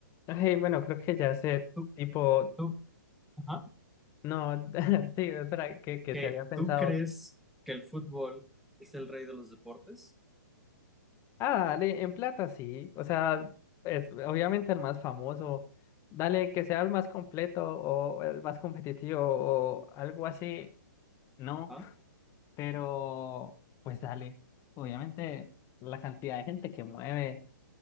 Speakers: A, on the left (about 25°); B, in the centre.
A: Ay, bueno, creo que ya sé,
B: ¿Tú,
A: tipo,
B: tú, ajá,
A: no, <laughs> sí, espera, que, que
B: que
A: se había pensado.
B: tú crees que el fútbol es el rey de los deportes?
A: Ah, dale, en plata sí, o sea, es obviamente el más famoso. Dale, que sea el más completo o el más competitivo o algo así, no,
B: Ajá.
A: pero pues dale, obviamente la cantidad de gente que mueve